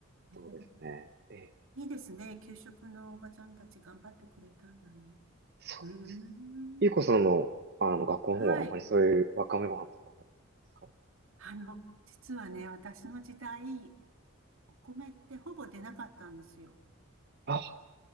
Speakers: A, on the right; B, on the right.
A: へえ。
B: そうですね。ええ
A: いいですね。給食のおばちゃんたち頑張ってくれたんだな。う
B: そう
A: ーん。
B: ゆうこさんの、あの、学校の方はあんまりそういうわかめご飯とかはなかったですか
A: はい。あの、実はね、私の時代、お米ってほぼ出なかったんですよ。
B: あ、